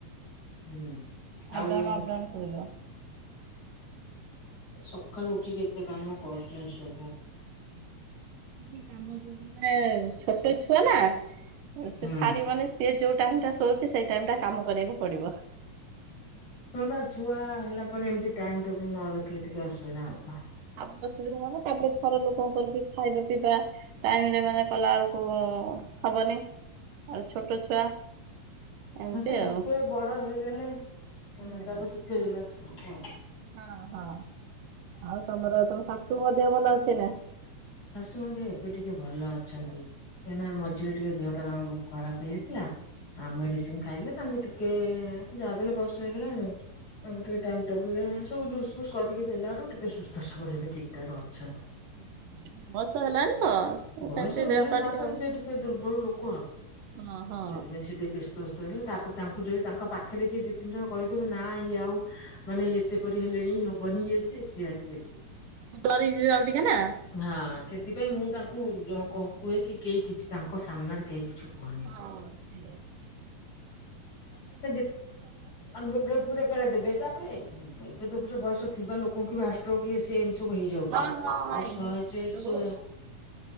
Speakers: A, on the left; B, on the right.
A: ହୁଁ ଆଉ
B: ଅପଡାଉନ ଅପଡାଉନ ଶୁଭିବ।
A: ସକାଳୁ ଉଠିକି ଏତେ କାମ କର୍ ଚୁ ସବୁ।
B: ଏଠି କାମ ଯଉ ମାନେ ଛୋଟ ଛୁଆ ନାଁ ତ ସିଏ
A: ହୁଁ।
B: ଛାଡିବନି ସିଏ ଯଉ ଟାଇମରେ ଶୋ ସେ ସେଇ ଟାଇମଟା କାମ କରିବାକୁ ପଡିବ।
A: ହଁ ବା, ଛୁଆ ହେଲା ପରେ ଏମତି। ଟାଇମ୍ ଟେବୁଲ୍ ନ ରଖିଲେ ଟିକେ ଅସୁବିଧା ହବ।
B: ଆବ ସୁବିଧା ହବ ନା। ତାପରେ ଘର ଲୋକଙ୍କର ବି ଖାଇବା ପିଇବା ଟାଇମରେ ମାନେ କଲା ଅଳୁକୁ ହବନେଇ। ତାପରେ ଛୋଟ ଛୁଆ ଏମିତି
A: ହଁ ସେ ଟିକେ
B: ଆଉ।
A: ବଡ଼ ହେଇଗଲେ, ଉଁ
B: ହୁଁ।
A: ତାପରେ ଟିକେ ରିଲାକ୍ସ। ହବ ଆଉ।
B: ହଁ ହଁ। ଆଉ ତମର ତମ ଶାଶୁଙ୍କ ହେହ ଭଲ ଅଛି ନାଁ?
A: ଶାଶୁ ମଧ୍ୟ ଏବେ ଟିକେ ଭଲ ଅଛନ୍ତି। କାହିଁକି ନା ମଝିରେ ଟିକେ ଦେହଟା ତାଙ୍କର ବୋହୁତ ଖରାପ ହେଇଯାଇଥିଲା। ଆ ମେଡିସିନ ଖାଇଲେ। ତାଙ୍କୁ ଟିକେ ଯାହା ବି ହେଲେ ବୟସ ହେଇଗଲାଣି ତାଙ୍କୁ ଟିକେ ଟାଇମ ଟେବୁଲରେ ସବୁ ଜୁସ ଫୁସ୍ କରିକି ଦେଲାଠୁ ଟିକେ ସୁସ୍ଥ ସବଳ ଏବେ ଠିକ୍ ଠାକ୍ ଅଛନ୍ତି।
B: ଏ ବୟସ ହେଲାଣି ତ
A: ବୟସ
B: ସେମିତି
A: ହେଲାଣି
B: ଦେହ ପା
A: ତାପରେ
B: ଟିକେ ହବ
A: ସିଏ ଟିକେ ଦୁର୍ବଳ ଲୋକ
B: ହଁ ହଁ।
A: ସେଥିପାଇଁ ସେ ଟିକେ ବେଶ ସସ ହେଲେ ତାପରେ ତାଙ୍କୁ ଯଦି ତାଙ୍କ ପାଖରେ କିଏ ଦି ତିନି ଜଣ କହିଦେବ ନାଁ ଇଏ ଆଉ ମାନେ ଏତେପରି ହେଲେଣି ହବନି ଇଏ ସିଏ ସିଆ ସେ ବେଶୀ
B: ଡରି ଯିବେ ଆଉ ଟିକେ ନା
A: ହଁ ସେଥିପାଇଁ ମୁଁ ତାଙ୍କୁ କୁ କୁହେ କି କେହି କିଛି ତାଙ୍କ ସାମ୍ନାରେ କେହି କିଛି କୁହନି।
B: ହଁ ସେଆ
A: ଯେ ଆଉ ମୁଣ୍ଡ ପୁରେଇ ପାରି ଦେବେ ତାପରେ ଏବେ ଦେଖୁ ବୟସ ଥିବା ଲୋକଙ୍କୁ ବି ହାର୍ଟ ଷ୍ଟ୍ରୋକ ଇଏ ସିଏ ସବୁ ହେଇଯାଉଛି
B: ହଁ ହଁ ହଁ
A: ଆଉ ସହଜେ
B: ଏଇଟା
A: ସେ